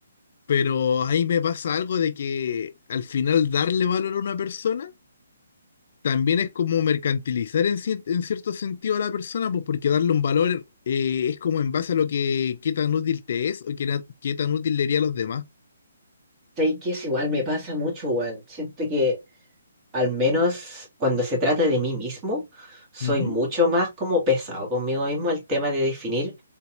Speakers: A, on the left; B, on the right.
A: pero ahí me pasa algo de que al final darle valor a una persona también es como mercantilizar en, cier- en cierto sentido a la persona, pues porque darle un valor eh, es como en base a lo que qué tan útil te es o qué, na- qué tan útil le haría a los demás.
B: Sabéis que eso igual me pasa mucho, weón. Siento que al menos cuando se trata de mí mismo, soy
A: Ujú.
B: mucho más como pesado conmigo mismo el tema de definir